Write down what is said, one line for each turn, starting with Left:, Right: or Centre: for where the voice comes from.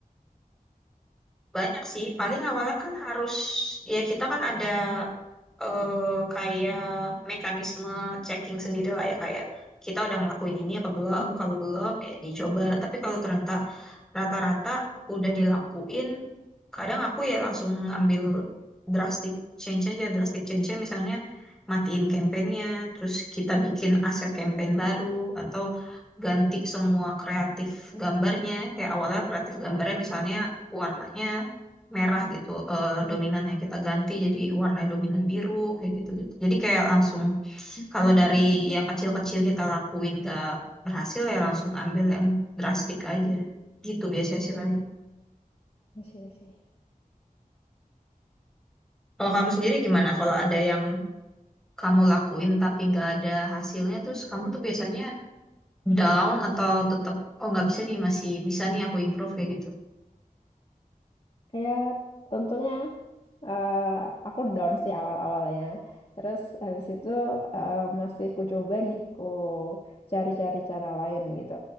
Centre: <laughs> Banyak sih. Paling awalnya kan harus ya kita kan ada eh kayak mekanisme checking sendiri lah ya kayak kita udah ngelakuin ini apa belum
Left: Hmm.
Centre: kalau belum ya dicoba tapi kalau ternyata rata-rata udah dilakuin kadang aku ya langsung ngambil drastic change aja drastic change misalnya matiin campaignnya terus kita bikin aset campaign baru atau ganti semua kreatif gambarnya kayak awalnya kreatif gambarnya misalnya warnanya merah gitu eh, dominannya kita ganti jadi warna dominan biru kayak gitu gitu jadi kayak langsung
Left: <laughs>
Centre: kalau dari yang kecil-kecil kita lakuin gak berhasil ya langsung ambil yang drastik aja gitu biasanya sih paling
Left: Iya sih.
Centre: kalau kamu sendiri gimana kalau ada yang kamu lakuin tapi nggak ada hasilnya terus kamu tuh biasanya down atau tetap oh nggak bisa nih masih bisa nih aku improve kayak gitu
Left: Ya, tentunya eh, aku down sih awal-awalnya. Terus habis itu eh, masih ku coba nih, ku cari-cari cara lain gitu.